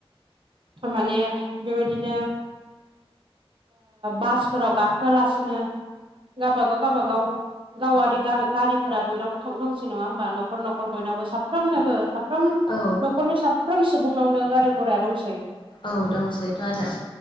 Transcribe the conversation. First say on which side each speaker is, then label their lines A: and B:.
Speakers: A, on the right; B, on the left.
A: माने बेबायदिनो बास फोराव गाखोआलासिनो गावबागाव गावबागाव गावारि गारिफोरा बयनावबो थां दंसै नङा होमबा नखर न'खर बयनावबो साफ्रोमनोबो साम
B: औ
A: न'खरनि साफ्रोम सुबुंनावनो गारि घराया दंसै
B: औ दंसैथ' आरो